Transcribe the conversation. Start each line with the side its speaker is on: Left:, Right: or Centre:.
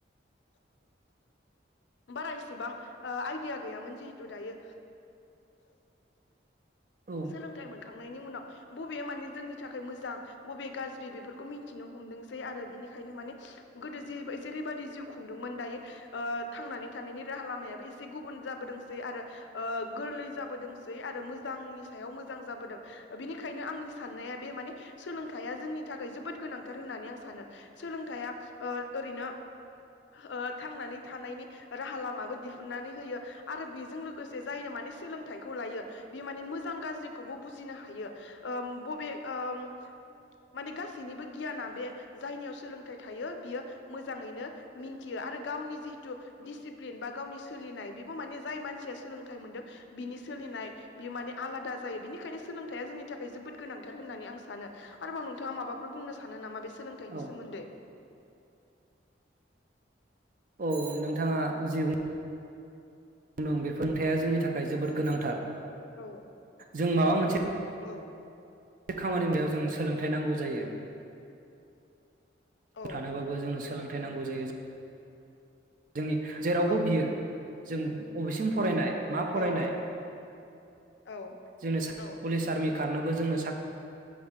Left: बारा इसेबां ओ आइडिया गैयामोन जिहेथु दायो।
Right: औ
Left: सोलोंथाइ मोनखांनायनि उनाव बबे माने जोंनि थाखाय मोजां बबे गाज्रि बेफोरखौ मिन्थिनो हमदोंसै आरो बेनिखायनो माने गोदो जि जेरै बायदि जिउ खुंदोंमोन दायो ओ थांनानै थानायनि राहा लामायाबो एसे गुबुन जाबोदोंसै आरो ओ गोरलै जाबोदोंसै आरो मोजांनि सायाव मोजां जाबोदों ओ बिनिखायनो आंनि साननाया बे माने सोलोंथाइया जोंनि थाखाय जोबोद गोनांथार होननानै आं सानो सोलोंथाइया ओ ओरैनो ओ थांनानै थानायनि राहा लामाबो दिहुननानै होयो आरो बेजों लोगोसे जायनो माने सोलोंथाइखौ लायो बे माने मोजां गाज्रिखौबो बुजिनो हायो ओम बबे ओम माने गासैनिबो गियाना बे जायनियाव सोलोंथाइ थायो बियो मोजाङैनो मिन्थियो आरो गावनि जिहेथु डिसिप्लिन बा गावनि सोलिनाय बेबो माने जाय मानसिया सोलोंथाइ मोनदों बिनि सोलिनाय बियो माने आलादा जायो बिनिखायनो सोलोंथाया जोंनि थाखाय जोबोद गोनांथार होननानै आं सानो आरोबाव नोंथाङा माबाफोर बुंनो सानो नामा बे सोलोंथाइनि
Right: औ
Left: सोमोन्दै
Right: औ नोंथाङा जे बुं <unintelligible> थाया जोंनि था खाय जोबोद गोनांथार
Left: औ
Right: जों माबा मोनसे
Left: औ
Right: <unintelligible> जों सोलोंथाइ नांगौ जायो।
Left: औ
Right: थानोबाबो जोंनो सोलों थाय नांगौ जायो। जोंनि जेरावबो
Left: औ
Right: बियो जों अबेसिम फरायनाय मा
Left: औ
Right: फरायनाय
Left: औ औ
Right: जोंनो सा
Left: औ
Right: पुलिस, आर्मि खारनोबो जोंनो सा